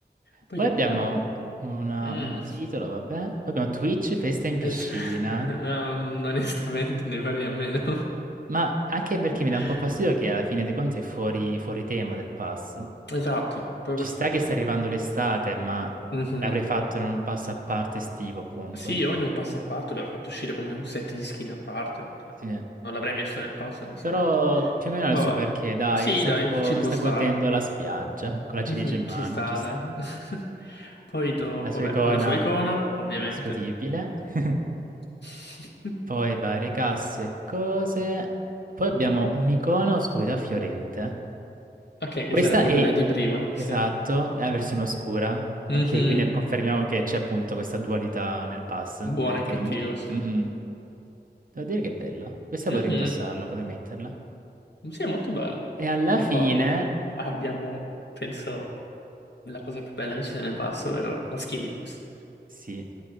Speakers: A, on the left; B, on the right.
A: Poi
B: Poi
A: che
B: abbiamo
A: abbiamo?
B: una-
A: Mm.
B: un titolo, vabbè. Poi abbiamo Twitch, festa in
A: Es-
B: piscina.
A: <laughs> no, mm, onestamente ne farei a meno.
B: Ma anche perché
A: <laughs>
B: mi dà un po' fastidio che alla fine dei conti è fuori, fuori tema del pass.
A: Esatto, proprio
B: Ci
A: per
B: sta
A: quello.
B: che sta arrivando l'estate, ma
A: Mhm.
B: l'avrei fatto in un pass a parte estivo, appunto.
A: Sì, io in un passo a parte l'avrei fatto uscire come un set di skin a parte. cioè,
B: Sì.
A: non l'avrei messo nel passo, onestamente.
B: Però più o meno ha
A: Vabbè.
B: il suo perché, dai,
A: Sì,
B: sta
A: dai,
B: tipo,
A: ci può
B: sta
A: stare.
B: godendo la spiaggia con la ciliegia
A: Mhm,
B: in mano,
A: Ci sta,
B: ci sta.
A: dai. <laughs> Poi dopo,
B: La sua
A: beh,
B: icona
A: una sua icona, ovviamente.
B: discutibile. <laughs>
A: <laughs>
B: Poi varie casse e cose. Poi abbiamo un'icona oscurità fiorente.
A: Ok, che
B: Questa
A: sarebbe
B: è,
A: quella di prima,
B: esatto,
A: sì.
B: è la versione oscura.
A: Mhm.
B: Ok, quindi confermiamo che c'è appunto questa dualità nel pass,
A: Buono
B: nel
A: e
B: tema.
A: cattivo, sì.
B: Mhm. Devo dire che è bella. Questa
A: Mhm.
B: potrei indossarla, potrei metterla.
A: Sì, è molto bello.
B: E alla
A: E
B: fine,
A: poi abbiamo, penso. la cosa più bella che ci sia nel passo, ovvero la skin di Lux.
B: sì.